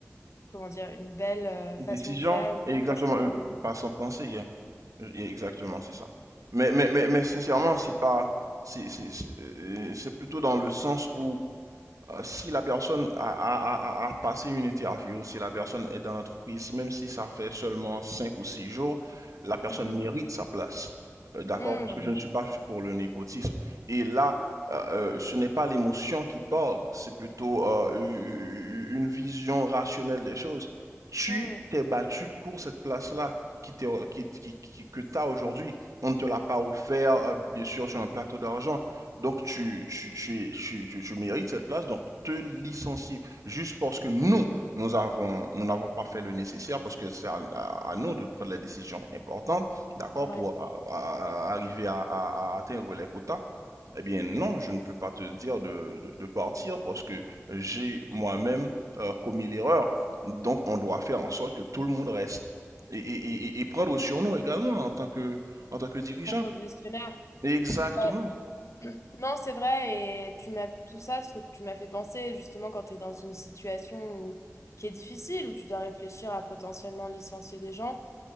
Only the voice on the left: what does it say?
comment dire, une belle euh,
façon de faire, une belle
façon de
penser.
Mhm.
Mhm.
Mhm.
Ouais.
En tant que gestionnaire.
Ouais. Non, c'est vrai, et tu m'as tout ça, ce que tu m'as fait penser, justement, quand tu es dans une situation où- qui est difficile, où tu dois réfléchir à potentiellement licencier des gens.